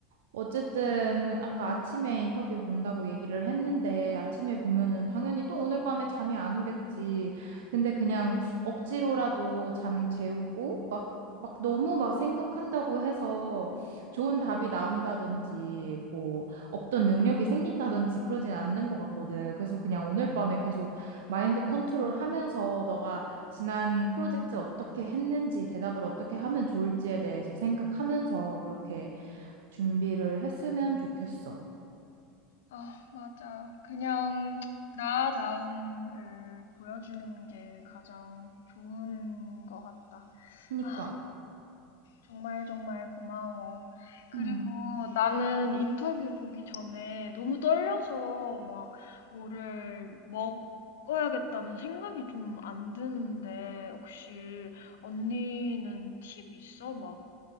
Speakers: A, on the right (about 70°); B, on the left (about 70°).
A: 어쨌든 아까 아침에 인터뷰 본다고 얘기를 했는데 아침에 보면은 당연히 또 오늘 밤에 잠이 안 오겠지. 근데 그냥 억지로라도 잠 재우고 막 막 너무 막 생각한다고 해서 좋은 답이 나온다든지 뭐 없던 능력이 생긴다든지 그러진 않는 것 같거든. 그래서 그냥 오늘 밤에 계속 마인드 컨트롤 하면서 너가 지난 프로젝트 어떻게 했는지 대답을 어떻게 하면 좋을지에 대해서 생각하면서 그렇게 준비를 했으면 좋겠어.
B: 아, 맞아. 그냥 나다움을 보여주는 게 가장 좋은 것 같다.
A: 그러니까.
B: 아, 정말 정말 고마워. 그리고
A: 음.
B: 나는 인터뷰 보기 전에 너무 떨려서 막 뭐를 먹어야겠다는 생각이 좀 안 드는데 혹시 언니는 팁 있어? 막